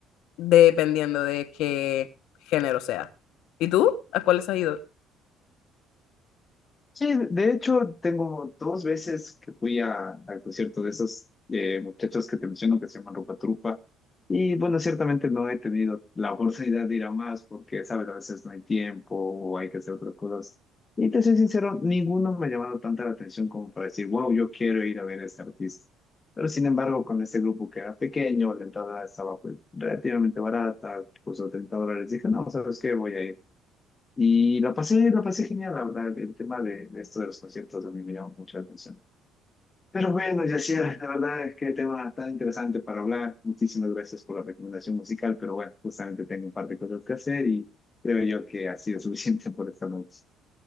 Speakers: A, on the left (about 75°); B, on the left (about 30°).
A: dependiendo de qué género sea. ¿Y tú? ¿A cuáles has ido?
B: Sí, de hecho, tengo dos veces que fui a, al concierto de esos eh, muchachos que te menciono que se llaman Rupa Trupa. Y bueno, ciertamente no he tenido la oportunidad de ir a más porque, sabes, a veces no hay tiempo o hay que hacer otras cosas. Y te soy sincero, ninguno me ha llamado tanta la atención como para decir, wow, yo quiero ir a ver a este artista. Pero sin embargo, con este grupo que era pequeño, la entrada estaba pues, relativamente barata, costó 30 dólares, dije, no, ¿sabes qué? Voy a ir. Y la pasé, la pasé genial, la verdad. El tema de, de esto de los conciertos a mí me llamó mucho la atención. Pero bueno, Yacira, la verdad es que tema tan interesante para hablar. Muchísimas gracias por la recomendación musical, pero bueno, justamente tengo un par de cosas que hacer y creo yo que ha sido <laughs> suficiente por esta noche.